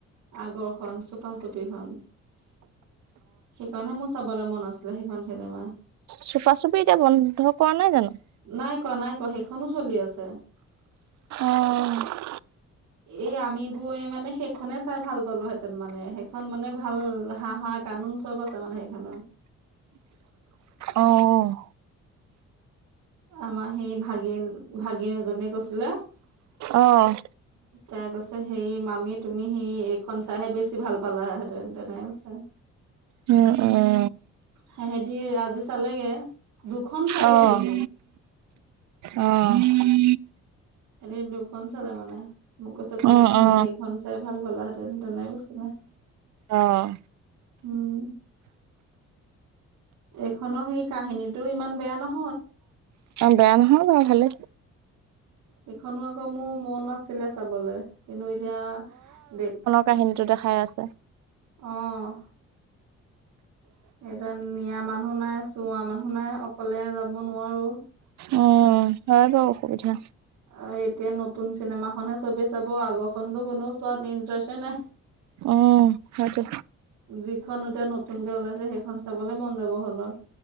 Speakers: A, on the right (about 85°); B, on the right (about 70°).
A: আগৰখন চুপা চুপিখন। সেইকাৰণে মোৰ চাবলে মন আছিলে সেইখন চিনেমা।
B: চুপা চুপি এতিয়া বন্ধ কৰা নাই জানো?
A: নাই কৰা নাই কৰা সেইখনো চলি আছে।
B: অহ'
A: এ আমিবোৱে মানে সেইখনে চাই ভাল। পালোহেঁতেন মানে সেইখন মানে ভাল হাঁহা কানুন চব আছে মানে সেইখনত।
B: অহ'
A: আমাৰ সেই ভাগিন ভাগিন এজনে কৈছিলে।
B: অ',
A: তাই কৈছে সেই মামী তুমি সি এইখন চাইহে বেছি ভাল পালাহেতেন তেনে কৈছে।
B: উম উম'
A: সেহেঁতি আজি চালেগে। দুখন চালে
B: অহ'
A: সেহেঁতি
B: অহ',
A: হেতি দুখন চালে মানে, মোক কৈছে তুমি
B: অ',
A: হেৰি
B: অ'।
A: এইখন চাই ভাল পালাহেঁতেন তেনে কৈছিলে।
B: অহ'
A: উম' এইখনৰ সেই কাহিনীটো ইমান বেয়া নহ
B: বেয়া নহয় বাৰু ভালে,
A: ইখনো আকৌ মোৰ মন আছিলে চাবলে, কিন্তু এতিয়া দিখ
B: কাহিনী টো দেখাই আছে।
A: অহ' এতিয়া নিয়া মানুহ নাই চোওৱা মানুহ নাই অকলে যাব নোৱাৰো।
B: অ হয় বাও অসুবিধা
A: অ এতিয়া নতুন চিনেমাখনহে চবে চাব আগৰখনতো কোনোও চোৱাত ইণ্টাৰেষ্ট নাই
B: উম হয়টো
A: যিখন এতিয়া নতুনকে ওলাইছে সেইখন চাবলে মন যাব হলৰ।